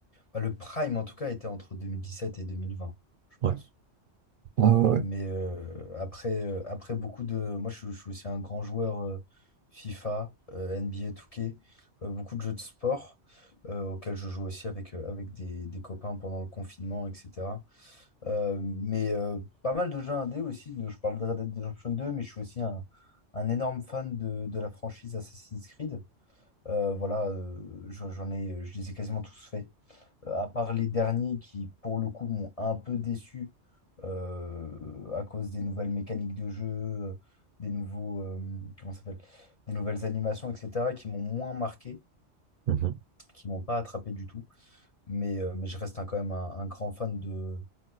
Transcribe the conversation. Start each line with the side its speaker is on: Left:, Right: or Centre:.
Left: bah, le Prime, en tout cas, était entre 2017 et deux mille vingt je
Right: Ouais.
Left: pense.
Right: Ouais, ouais, ouais.
Left: Mais euh, après, euh, après beaucoup de. Moi, je, je suis aussi un grand joueur euh, FIFA, euh, NBA 2K, euh, beaucoup de jeux de sport euh, auxquels je joue aussi avec, euh, avec des, des copains pendant le confinement, etc. Euh, mais euh, pas mal de jeux indés aussi. de- Je parle de Red Dead Redemption deux mais je suis aussi un, un énorme fan de, de la franchise Assassin's Creed. Euh, voilà, euh, je- j'en ai, je les ai quasiment tous faits. Euh, à part les derniers qui, pour le coup, m'ont un peu déçu euh, à cause des nouvelles mécaniques de jeu, euh, des nouveaux, euh, comment ça s'appelle, des nouvelles animations, etc., qui m'ont moins marqué,
Right: Mhm.
Left: qui m'ont pas attrapé du tout. Mais, euh, mais je reste un- quand même un, un grand fan de,